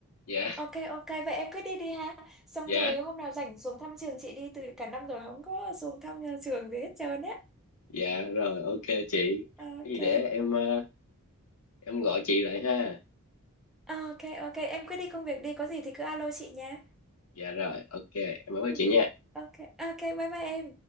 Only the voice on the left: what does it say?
dạ
dạ
dạ rồi ok chị
cái gì để em ờ, em gọi chị lại ha
dạ rồi ok em bye bye
chị nha